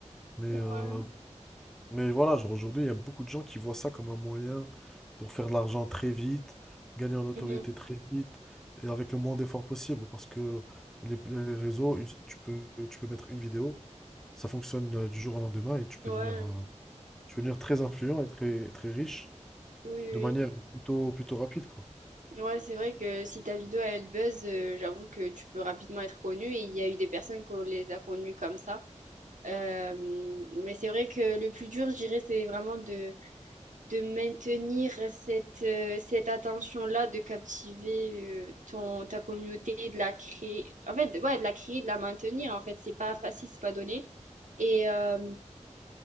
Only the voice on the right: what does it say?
Ouais.
Mhm.
Ouais.
Oui,
oui.
oui. Ouais, c'est vrai que si ta vidéo elle buzz, euh, j'avoue que tu peux rapidement être connu et il y a eu des personnes qu'on les a connues comme ça. Euh, mais c'est vrai que le plus dur, je dirais, c'est vraiment de, de maintenir cette, euh, cette attention-là, de captiver euh, ton, ta communauté, de la créer. En fait, ouais, de la créer, de la maintenir. En fait, c'est pas facile, c'est pas donné. Et, euh,